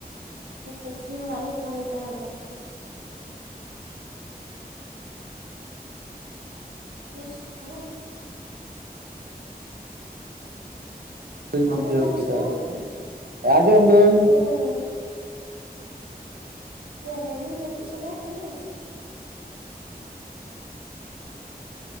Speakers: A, on the right; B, on the right.
A: <unintelligible> ᱦᱚᱲᱟᱜ ᱜᱮ ᱠᱟᱢᱤ ᱛᱟᱦᱮᱱ ᱛᱟᱠᱚᱣᱟ ᱾ <unintelligible>
B: ᱵᱟᱹᱧ
A: ᱟᱸᱡᱚᱢ
B: ᱵᱩᱡᱷᱟᱹᱣ
A: ᱫᱟᱢ
B: ᱠᱮᱫᱟ
A: ᱥᱮ ᱵᱟᱝ
B: ᱟᱫᱚ ᱪᱮᱫ <unintelligible> ᱟᱸᱡᱚᱢ ᱫᱟᱹᱧ
A: ᱦᱮᱸ
B: ᱾
A: ᱦᱮ ᱞᱟᱹᱭ ᱫᱤᱧ ᱡᱟᱹᱯᱤᱫ ᱥᱟᱱᱟᱭᱮᱫ‌ ᱢᱮᱫᱚ ᱟᱨ ᱪᱮᱫ ᱾